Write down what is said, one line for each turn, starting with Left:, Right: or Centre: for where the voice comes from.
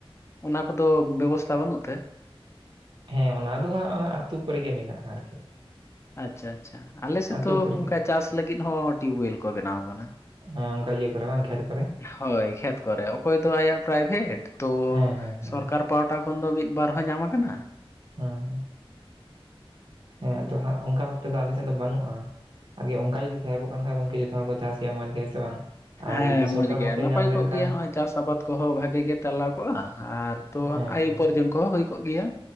Left: ᱚᱱᱟ ᱠᱚᱫᱚ ᱵᱮᱵᱚᱥᱛᱟ ᱵᱟᱹᱱᱩᱜ ᱛᱮ᱾
Right: ᱦᱮᱸ ᱚᱱᱟ ᱫᱚ ᱦᱟᱸᱜ ᱚᱱᱟ ᱟᱹᱛᱩ ᱠᱚᱨᱮ ᱜᱮ ᱢᱮᱱᱟᱜᱼᱟ ᱟᱨᱠᱤ᱾
Left: ᱟᱪᱪᱷᱟ ᱟᱪᱪᱷᱟ ᱟᱞᱮ ᱥᱮᱫ
Right: ᱟᱹᱛᱩ
Left: ᱫᱚ
Right: ᱠᱚᱨᱮ
Left: ᱱᱚᱝᱠᱟ
Right: ᱜᱮ
Left: ᱪᱟᱥ ᱞᱟᱹᱜᱤᱫ ᱦᱚᱸ ᱴᱤᱭᱩᱵᱳᱭᱮᱞ ᱠᱚ ᱵᱮᱱᱟᱣ ᱟᱠᱟᱱᱟ᱾
Right: ᱦᱮᱸ ᱚᱱᱠᱟ ᱤᱭᱟᱹ ᱠᱚᱨᱮ ᱵᱟᱝ ᱠᱷᱮᱛ ᱠᱚᱨᱮ᱾
Left: ᱦᱳᱭ ᱠᱷᱮᱛ ᱠᱚᱨᱮ, ᱚᱠᱚᱭ ᱫᱚ ᱟᱭᱟᱜ ᱯᱨᱟᱭᱵᱷᱮᱴ ᱛᱚ
Right: ᱦᱮᱸ ᱦᱮᱸ ᱦᱮᱸ
Left: ᱥᱚᱨᱠᱟᱨ ᱯᱟᱣᱴᱟ ᱠᱷᱚᱱ ᱫᱚ ᱢᱤᱫ ᱵᱟᱨ ᱦᱚᱸ ᱧᱟᱢ ᱟᱠᱟᱱᱟ
Right: ᱦᱮᱸ ᱦᱮᱸ ᱟᱫᱚ ᱦᱟᱸᱜ ᱚᱱᱠᱟ ᱵᱷᱟᱵ ᱛᱮᱫᱚ ᱟᱞᱮ ᱥᱮᱫ ᱫᱚ ᱵᱟᱹᱱᱩᱜᱼᱟ ᱟᱨᱠᱤ ᱚᱱᱠᱟ ᱡᱩᱫᱤ ᱛᱟᱦᱮᱸ ᱠᱚᱜ ᱠᱷᱟᱱ ᱜᱚᱝᱠᱮ ᱡᱚᱛᱚ ᱦᱚᱲ ᱠᱚ ᱪᱟᱥ ᱠᱮᱭᱟ ᱢᱚᱸᱡᱽ ᱜᱮᱭᱟ ᱥᱮ ᱵᱟᱝ ᱟᱨ
Left: ᱦᱮᱸ
Right: ᱡᱩᱫᱤ
Left: ᱢᱚᱡᱽ
Right: ᱥᱚᱨᱠᱟᱨ
Left: ᱜᱮ
Right: ᱵᱷᱟᱵᱛᱮ
Left: ᱱᱟᱯᱟᱭ
Right: ᱧᱟᱢ ᱞᱮᱱᱠᱷᱟᱱ
Left: ᱠᱚᱜ ᱜᱮᱭᱟ ᱱᱚᱜᱼᱚᱭ ᱪᱟᱥ ᱟᱵᱟᱫ ᱠᱚᱦᱚᱸ ᱵᱷᱟᱜᱮ ᱜᱮ ᱛᱟᱞᱟᱣ ᱠᱚᱜᱼᱟ ᱟᱨ ᱛᱚ
Right: ᱦᱮᱸ
Left: ᱟᱭ
Right: ᱦᱮᱸ
Left: ᱩᱯᱟᱨᱡᱚᱱ ᱠᱚᱦᱚᱸ ᱦᱳᱭ ᱠᱚᱜ ᱜᱮᱭᱟ।